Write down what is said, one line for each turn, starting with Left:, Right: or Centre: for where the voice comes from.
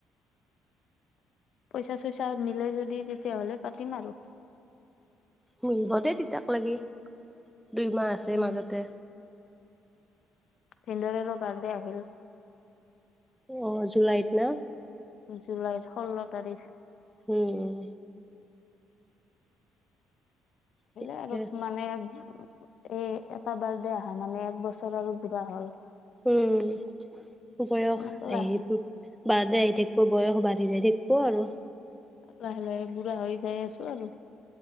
Left: পইচা চইচা মিলে যদি তেতিয়াহ'লে পাতিম আৰু।
Centre: মিলিব দেই তেতিয়া লৈকে দুই মাহ আছে
Left: উম
Centre: মাজতে।
Left: ভিন্দেৰেও ৰো বাৰ্থডে আহিল।
Centre: অ জুলাইত না?
Left: জুলাইৰ ষোল্ল তাৰিখ।
Centre: হ'ম।
Left: আহিলে
Centre: ঠিকে
Left: আৰু মানে এই এটা বাৰ্থডে আহা মানে এক বছৰ আৰু বুঢ়া হ'ল।
Centre: উম বয়স
Left: এনেকে লাহে
Centre: আহি বাৰ্থডে আহি থাকিব বয়স বাঢ়ি যাই থাকিব আৰু।
Left: লাহ লাহে বুঢ়া হৈ যাই আছো আৰু।